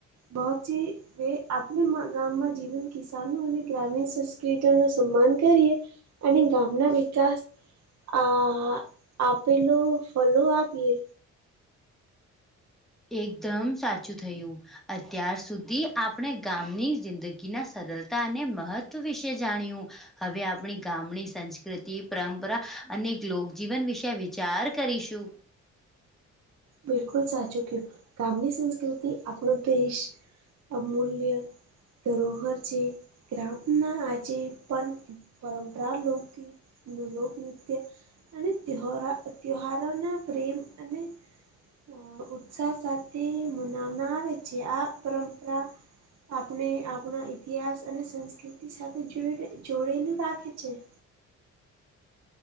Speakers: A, on the right (about 60°); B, in the centre.
A: બોહ જે તે આપને માં ગામમાં જીવન કિસાનો અને ગ્રામીણ સંસ્કૃતિઓ નો સન્માન કરીએ અને ગામના વિકાસ આ આપેલું ફલું આપીએ
B: એકદમ સાચું થયું. અત્યાર સુધી આપણે ગામની જિંદગીના સરળતા અને મહત્વ વિશે જાણ્યું. હવે આપણી ગામની સંસ્કૃતિ પરંપરા અને એક લોકજીવન વિશે વિચાર કરીશું.
A: બિલકુલ સાચું ક્યું ગામની સંસ્કૃતિ આપનો દેશ અમૂલ્ય ધરોહર છે ગ્રામના આજે પણ પરંપરા લૌકિક નું લોકનૃત્ય અને ત્યોહ-તહારોના પ્રેમ અને અહ ઉત્સાહ સાથે મનાવના આવે છે આ પરંપરા આપણે આપણા ઇતિહાસ સંસ્કૃતિ સાથે જોડે જોડેલું રાખે છે.